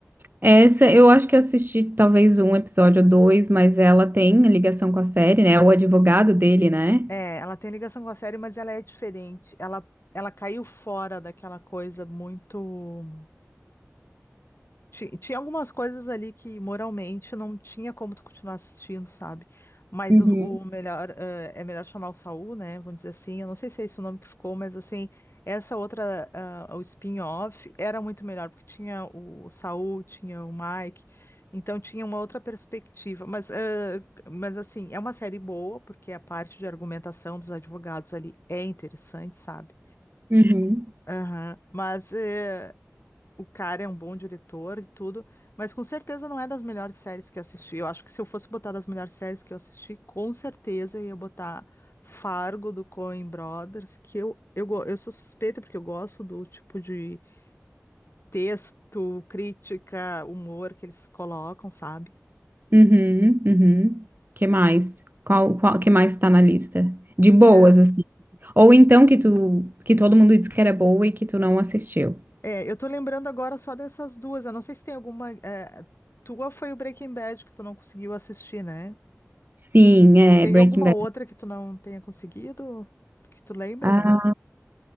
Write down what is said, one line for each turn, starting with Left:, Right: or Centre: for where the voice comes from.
Right: Essa, eu acho que eu assisti talvez um episódio ou dois, mas ela tem ligação com a série, né? O advogado dele, né?
Left: É, ela tem ligação com a série, mas ela é diferente. Ela, ela caiu fora daquela coisa muito. Ti- Tinha algumas coisas ali que moralmente não tinha como tu continuar assistindo, sabe? Mas
Right: Uhum.
Left: o, o melhor, eh, é melhor chamar o Saul, né? Vamos dizer assim. Eu não sei se é esse o nome que ficou, mas assim, essa outra, ah, o spin-off, era muito melhor, porque tinha o Saul, tinha o Mike, então tinha uma outra perspectiva. Mas, eh, mas assim, é uma série boa, porque a parte de argumentação dos advogados ali é interessante, sabe?
Right: Uhum.
Left: Aham, Mas eh, o cara é um bom diretor e tudo, mas com certeza não é das melhores séries que eu assisti. Eu acho que se eu fosse botar das melhores séries que eu assisti, com certeza eu ia botar Fargo do Coen Brothers, que eu, eu, go- eu sou suspeita porque eu gosto do tipo de texto, crítica, humor que eles colocam, sabe?
Right: Uhum, uhum. Que mais? Qual, qual, que mais tá na lista? De boas,
Left: É,
Right: assim. Ou então que tu, que todo mundo disse que era boa e que tu não assistiu.
Left: É, eu tô lembrando agora só dessas duas. Eu não sei se tem alguma. é, tua foi o Breaking Bad que tu não conseguiu assistir, né?
Right: Sim, é
Left: Tem
Right: Breaking
Left: alguma
Right: Bad.
Left: outra que tu não tenha conseguido? Que tu lembra,
Right: Ah,
Left: não?